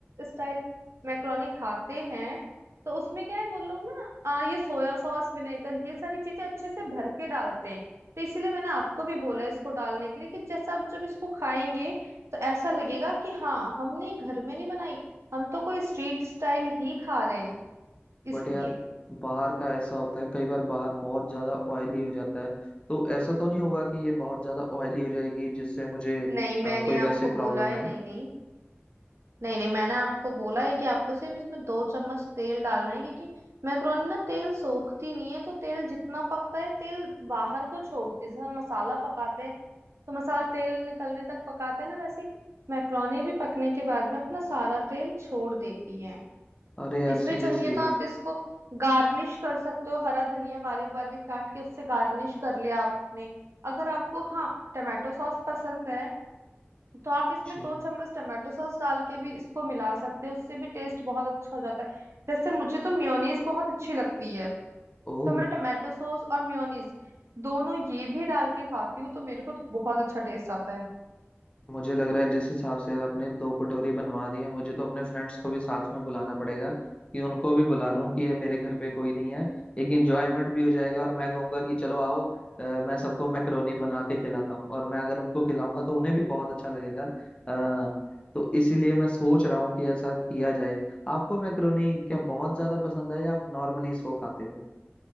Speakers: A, on the right (about 80°); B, on the left (about 25°).
A: स्टाइल मैक्रोनी खाते हैं तो उसमें क्या है वो लोग ना आ, ये सोया सॉस विनेगर ये सारी चीजें अच्छे से भर के डालते हैं तो इसीलिए मैंने आपको भी बोला इसको डालने के लिए कि जैसा आप जब इसको खाएंगे तो ऐसा लगेगा कि हाँ हमने घर में नहीं बनाई हम तो कोई स्ट्रीट स्टाइल ही खा रहे हैं
B: बट
A: इसलिए
B: यार बाहर का ऐसा होता है कई बार बाहर बहुत ज्यादा ऑयली हो जाता है तो ऐसा तो नहीं होगा कि ये बहुत ज्यादा ऑयली हो जाएगी जिससे मुझे
A: नहीं मैंने
B: अ, कोई वैसे
A: आपको
B: प्रॉब्लम
A: बोला है
B: आए
A: नहीं नहीं नहीं नहीं मैंने आपको बोला है कि आपको सिर्फ इसमें दो चम्मच तेल डालना है क्योंकि मैक्रोनी ना तेल सोखती नहीं है तो तेल जितना पकता है तेल बाहर को छोड़ती है जैसे हम मसाला पकाते हैं तो मसाला तेल निकलने तक पकाते हैं ना वैसे मैक्रोनी भी पकने के बाद में अपना सारा तेल छोड़ देती है
B: अरे यार
A: इसमें
B: सीरियसली
A: चाहिए तो आप इसको गार्निश कर सकते हो हरा धनिया बारीक बारीक काट के उससे गार्निश कर लिया आपने अगर आपको हाँ टमाटो सॉस पसंद है तो आप इसमें
B: जी
A: दो चम्मच टमाटो सॉस डाल के भी इसको मिला सकते हैं उससे भी टेस्ट बहुत अच्छा हो जाता है जैसे मुझे तो मेयोनीज बहुत अच्छी लगती है
B: ओह
A: तो मैं टमाटो सॉस और मेयोनीज दोनों ये भी डाल के खाती हूँ तो मेरे को तो बहुत अच्छा टेस्ट आता है
B: मुझे लग रहा है जिस हिसाब से आपने दो कटोरी बनवा दी है मुझे तो अपने फ्रेंड्स को भी साथ में बुलाना पड़ेगा कि उनको भी बुला लूं कि ये मेरे घर पे कोई नहीं है एक इंजॉयमेंट भी हो जाएगा और मैं कहूंगा कि चलो आओ अ, मैं सबको मैकरोनी बना के खिलाता हूँ और मैं अगर उनको खिलाऊंगा तो उन्हें भी बहुत अच्छा लगेगा आ, तो इसीलिए मैं सोच रहा हूँ कि ऐसा किया जाए आपको मैकरोनी क्या बहुत ज्यादा पसंद है या आप नॉर्मली इसको खाते हो